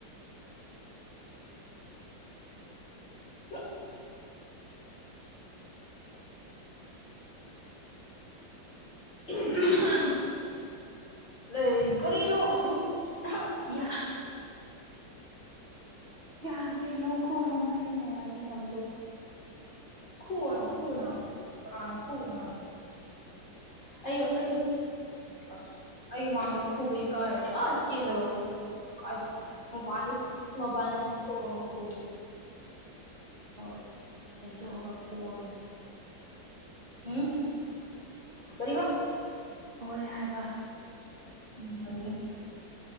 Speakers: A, on the left; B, on the right.
A: <unintelligible> <unintelligible>
B: <inaudible>
A: ꯂꯩ ꯀꯔꯤꯔꯣ <unintelligible> ꯅꯪ
B: <unintelligible> ꯌꯥꯗ꯭ꯔꯦ ꯂꯣꯛ ꯈꯨꯕꯗꯣ ꯌꯥꯗ꯭ꯔꯦ ꯉꯝꯗ꯭ꯔꯦ
A: ꯈꯨꯨꯒꯅꯣ ꯈꯨꯨꯒꯅꯣ ꯀꯅꯅꯥ ꯈꯨꯨꯒꯅꯣ ꯍꯥꯏꯌꯦ ꯑꯩ ꯑꯌꯨꯝ ꯑꯁ ꯑꯩꯒꯤ ꯃꯥꯡꯗ ꯈꯨꯕꯩ ꯀꯥꯔꯗꯤ ꯑꯥ ꯆꯦꯜꯂꯒ ꯈꯨ ꯀ ꯃ ꯄꯥꯟꯗ ꯃ ꯄꯥꯟꯗ ꯆꯊꯈ
B: ꯍꯣꯏ ꯁꯦꯟꯗꯣꯛꯑꯒ ꯈꯑꯒꯦ
A: ꯎꯝ ꯀ
B: ꯍꯣꯏ ꯍꯥꯏꯕ
A: ꯎꯝ ꯑꯗꯨꯗ